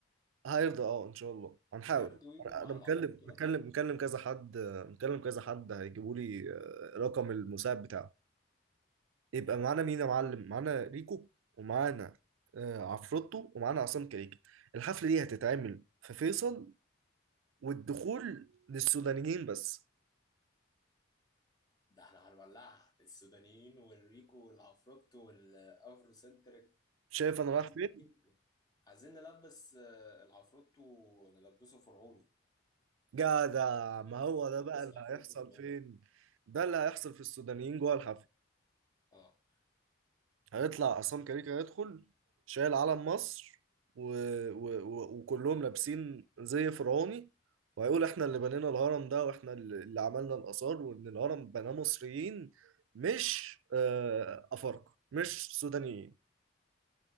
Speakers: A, on the right (about 85°); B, on the left (about 20°).
A: هيرضى اه ان شاء الله هنحاول
B: هيرضوا يجوا
A: انا
B: مع
A: أنا
B: العفروتو
A: مكلم مكلم
B: ده
A: مكلم كذا حد مكلم كذا حد هيجيبوا لي آه، رقم المساعد بتاعه يبقى معانا مين يا معلم معانا ريكو ومعانا آه، عفروتو ومعانا عصام كريكة الحفلة دي هتتعمل في فيصل والدخول للسودانيين بس
B: ده احنا هنولعها السودانيين والريكو والعفروتو والافرو سنتر
A: شايف انا
B: عايزين
A: رايح فين
B: كده عايزين نلبس آه، العفروتو نلبسه فرعوني
A: جدع ما هو ده
B: نلبس
A: بقى اللي
B: العفروتو
A: هيحصل
B: فرعوني
A: فين ده اللي هيحصل في السودانيين جوه الحفلة
B: اه
A: هيطلع عصام كاريكا هيدخل شايل علم مصر و... و... و... وكلهم لابسين زي فرعوني وهيقول احنا اللي بنينا الهرم ده واحنا اللي اللي عملنا الآثار وان الهرم بناه مصريين مش آه، أفارقة مش سودانيين